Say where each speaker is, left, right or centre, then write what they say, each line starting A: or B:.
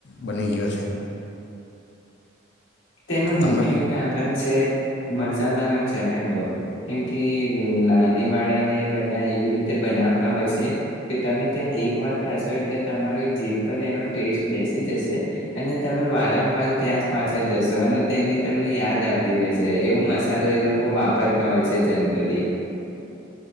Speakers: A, on the left; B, on the left.
A: બની ગયો છે.
B: તેનું
A: તમે
B: મુખ્ય કારણ છે મસાલાનો ચટાકો કેમ કે લારી વાળા ને એ બધા એવી રીતે બનાવતા હોય છે કે. તમે ત્યાં એક વાર ખાશો એટલે તમારો જીભ પર એનો ટેસ્ટ બેસી જશે. અને તમે વારંવાર ત્યાં જ પાછા જશો. તો અને તેની તમને યાદ આવતી રહેશે. એવું મસાલો એ લોકો બહું વાપરતા હોય છે જનરલી